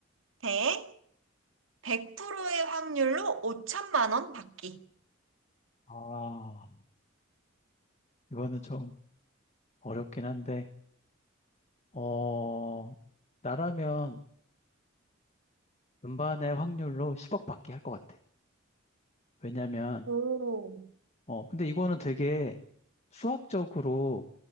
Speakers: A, on the right (about 75°); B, on the left (about 35°).
A: 대 100%의 확률로 5천만 원 받기.
B: 아, 이거는 좀 어렵긴 한데, 어, 나라면 음반의 확률로 10억 받기 할 것 같아. 왜냐면,
A: 오.
B: 어, 근데 이거는 되게 수학적으로